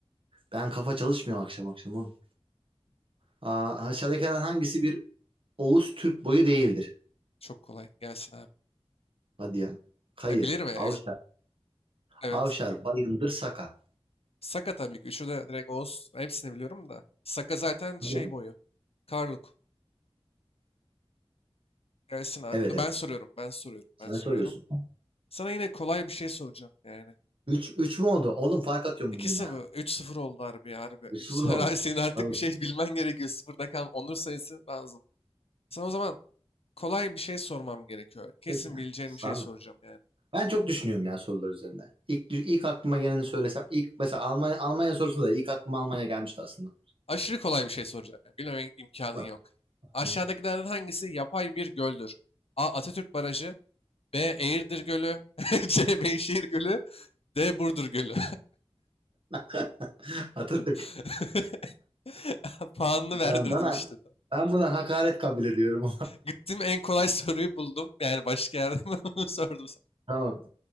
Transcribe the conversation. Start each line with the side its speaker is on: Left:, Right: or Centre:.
Right: Ben kafa çalışmıyor akşam akşam oğlum. Aa, aşağıdakilerden hangisi bir Oğuz Türk boyu değildir?
Left: Çok kolay. Gelsin abi.
Right: Hadi ya. Kayı,
Left: E, bilirim ya.
Right: Avşar,
Left: Üz- Evet.
Right: Avşar, Bayındır, Saka.
Left: Saka tabii ki. Üçü de direkt Oğuz. Hepsini biliyorum da. Saka zaten şey
Right: Hadi ya.
Left: boyu. Karluk. Gelsin abi.
Right: Evet evet.
Left: Ben soruyorum. Ben soruyorum.
Right: Sen
Left: Ben soruyorum.
Right: soruyorsun.
Left: Sana yine kolay bir şey soracağım yani.
Right: üç 3 mü oldu? Oğlum fark atıyorum
Left: 2
Right: bugün
Left: sıfır,
Right: ya.
Left: üç sıfır oldu harbi ya harbi.
Right: üç
Left: 3-0
Right: 0 oldu.
Left: <laughs> abi senin artık
Right: Tabii.
Left: bir şey bilmen gerekiyor. Sıfırda kalan onur sayısı lazım. Sana o zaman kolay bir şey sormam gerekiyor. Kesin
Right: Peki ya.
Left: bileceğin
Right: Sağ
Left: bir şey soracağım yani.
Right: Ben çok düşünüyorum ya sorular üzerinde. İlk, ilk aklıma geleni söylesem. ilk mesela Almanya, Almanya sorusunda da ilk aklıma Almanya gelmişti aslında.
Left: Aşırı kolay bir şey soracağım yani. Bilmem imkanın
Right: Var.
Left: yok. Aşağıdakilerden
Right: Hı.
Left: hangisi yapay bir göldür? A. Atatürk Barajı B. Eğirdir Gölü. <laughs> C. Beyşehir Gölü. D. Burdur Gölü.
Right: <laughs> Hatırlıyorum.
Left: <laughs> Puanını verdirdim
Right: Ya Bana
Left: işte.
Right: ben buna hakaret kabul ediyorum.
Left: Gittim en kolay soruyu buldum. Yani başka yerde ben onu <laughs> sordum sana.
Right: <laughs> Tamam.